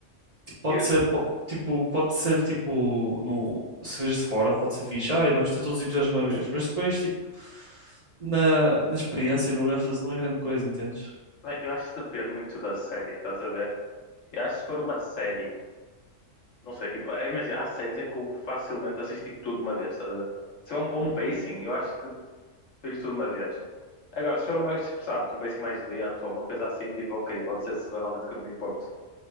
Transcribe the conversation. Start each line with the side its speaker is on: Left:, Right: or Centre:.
Right: Tipo, Pode
Left: eu,
Right: ser, po- tipo, pode ser tipo, no, se vês de fora, pode ser fixe. Ah, vamos ter todos os episódios de uma vez. Mas depois, tipo, na, na experiência, no ênfase, não é grande coisa, entendes?
Left: mano, eu acho que depende muito da série, estás a ver? Eu acho que se for uma série, não sei, tipo, é, imagina, há séries em que eu facilmente assisto tipo, tudo de uma vez, estás a ver? Se for um bom
Right: Uhum.
Left: pacing, eu acho que vejo tudo de uma vez. Agora, se for uma, tipo, sabe, com um pacing mais lento ou uma coisa assim, tipo, ok, pode ser semanalmente que eu me importo.